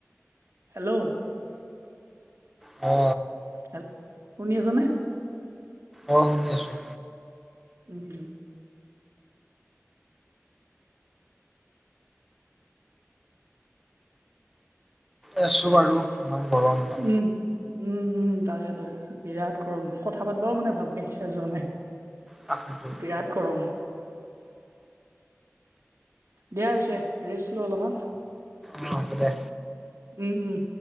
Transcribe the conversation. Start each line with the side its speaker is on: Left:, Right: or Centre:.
Right: হেল্ল'!
Centre: অ।
Right: হেল্ল'! শুনি আছা নে!
Centre: অ, শুনি আছোঁ।
Right: উম, উম।
Centre: আছো বাৰু! ইমান গৰম ন!
Right: উম, উম, উম, তাকেতো, বিৰাট গৰম! কথা পাতিবও মানে ভালকে ইচ্ছা যোৱা নাই।
Centre: তকেটো।
Right: বিৰাট গৰম দিয়া পিছে, ৰেষ্ট লোৱা অলপমান।
Centre: অ, হ'ব দে।
Right: উম, উম।